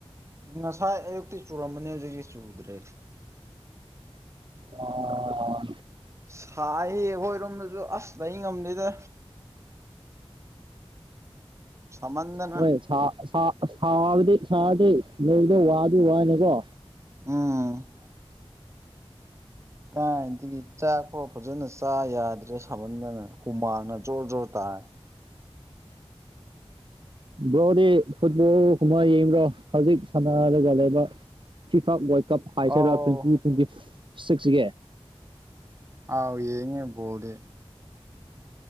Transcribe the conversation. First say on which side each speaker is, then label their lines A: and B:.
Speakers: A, on the right (about 30°); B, on the right (about 55°).
A: ꯉꯁꯥꯏ ꯑꯌꯨꯛꯇꯤ ꯆꯨꯔꯝꯕꯅꯤ ꯍꯧꯖꯤꯛꯇꯤ ꯆꯨꯗ꯭ꯔꯦ
B: ꯑꯣ
A: ꯁꯥꯏꯌꯦ ꯑꯩꯈꯣꯏꯔꯣꯝꯗꯁꯨ ꯑꯁ ꯂꯩ ꯉꯝꯗꯦꯗ ꯁꯥꯃꯟꯗ
B: ꯍꯣꯏ ꯁꯥ ꯁꯥ ꯁꯥꯕꯗꯤ ꯁꯥꯗꯦ ꯅꯣꯡꯗꯣ ꯋꯥꯗꯤ ꯋꯥꯅꯤꯀꯣ
A: ꯎꯝ ꯀꯥꯏꯅꯗꯒꯤ ꯆꯥꯛꯐꯥꯎ ꯐꯖꯅ ꯆꯥ ꯌꯥꯗ꯭ꯔꯦ ꯁꯥꯃꯟꯗꯅ ꯍꯨꯃꯥꯡꯅ ꯖꯣꯔ ꯖꯣꯔ ꯇꯥꯔꯦ
B: ꯕ꯭ꯔꯣꯗꯤ ꯐꯨꯠꯕꯣꯜ ꯀꯃꯥꯏ ꯌꯦꯡꯕ꯭ꯔꯣ ꯍꯧꯖꯤꯛ ꯁꯥꯟꯅꯔꯒ ꯂꯩꯕ ꯐꯤꯐꯥ ꯋꯥ꯭ꯔꯜ ꯀꯞ ꯍꯥꯏꯁꯤꯔꯥ
A: ꯑꯥꯎ
B: ꯇꯣꯏꯟꯇꯤ ꯇꯣꯏꯟꯇꯤ ꯁꯤꯛꯁꯒꯤ
A: ꯑꯥꯎ ꯌꯦꯡꯉꯦ ꯕꯣꯜꯗꯤ